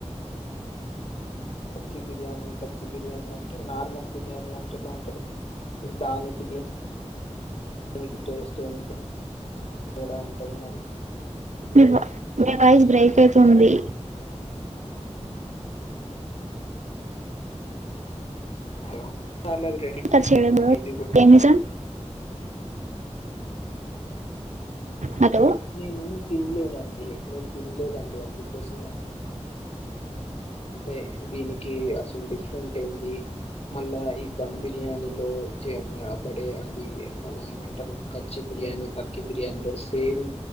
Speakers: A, on the left; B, on the right.
A: అక్కీ బిర్యానీ కజ్జి బిర్యానీ అంటే నార్మల్ బిర్యానీ అంటే ఏలా ఉంటది దానికి దీన్ నికి టేస్ట్ ఏం తేడా ఉంటుంది మరి
B: మీ వా మీ వాయిస్ బ్రేక్ యితుంది
A: హలో సార్లా రెండి
B: కట్ చేయడం కూడా
A: ఇది
B: ఏమిజం హలో
A: నేను తిన్లేదండి నేను తన్లేదండి అందుకోసమే అడు అంటే దీనికి అసలు డిఫరెంట్ ఏంది మళ్ళా ఈ ధమ్ బిర్యానీలో <inaudible> అది మళ్ళ ఏమంటారు కచ్చి బిర్యానీ పక్కి బిర్యానీలో సేమ్